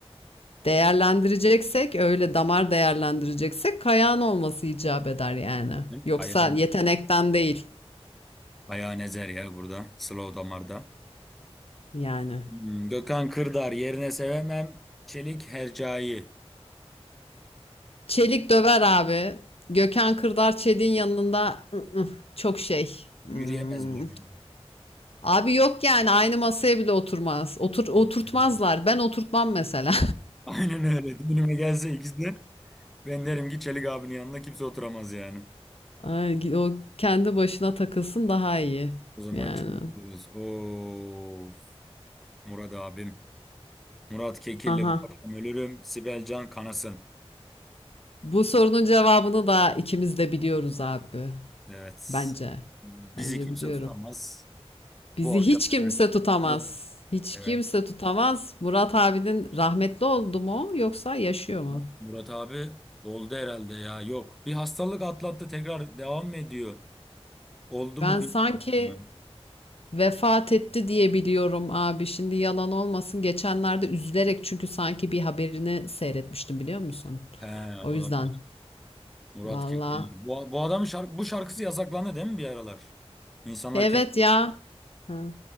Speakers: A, on the left; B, in the centre.
A: Değerlendireceksek öyle damar değerlendireceksek kayağın olması icap eder yani.
B: mi?
A: Yoksa
B: Kayahan.
A: yetenekten değil
B: Kayahan ezer ya burada. Slow damarda.
A: yani.
B: Hmm. Gökhan Kırdar yerine sevemem. Çelik Hercai.
A: Çelik döver abi. Gökhan Kırdar Çelik'in yanında ı, ı, çok şey. Hmm.
B: Yürüyemez bile bence.
A: Abi yok yani aynı masaya bile oturmaz. Otur, oturtmazlar.
B: <laughs>
A: Ben oturtmam mesela.
B: Aynen öyle. Düğünüme gelse ikizler ben derim ki Çelik abinin yanında kimse oturamaz yani.
A: <laughs> Ay, o kendi başına takılsın daha iyi.
B: O zaman
A: Yani.
B: Çelik diyoruz. Of Murat abim. Murat Kekilli
A: Aha.
B: bu akşam ölürüm. Sibel Can kanasın.
A: Bu sorunun cevabını da ikimiz de biliyoruz abi.
B: Evet.
A: Bence.
B: Bizi
A: Bence
B: kimse
A: biliyorum.
B: tutamaz.
A: Bizi
B: Bu akşam
A: hiç kimse
B: ölürüz.
A: tutamaz.
B: Evet.
A: Hiç
B: Evet.
A: kimse tutamaz. Murat abinin rahmetli oldu mu yoksa yaşıyor mu?
B: Bak, Murat abi oldu herhalde ya. Yok. Bir hastalık atlattı tekrar devam mı ediyor? Oldu
A: Ben
B: mu
A: sanki
B: bilmiyorum. yani.
A: vefat etti diye biliyorum abi. Şimdi yalan olmasın. Geçenlerde üzülerek çünkü sanki bir haberini seyretmiştim biliyor musun?
B: He,
A: O
B: olabilir.
A: yüzden.
B: Murat
A: Vallahi.
B: Kekil. Bu, bu adamın şarkı, bu şarkısı yasaklandı değil mi bir aralar? İnsanlar
A: Evet
B: kendi...
A: ya. Ha,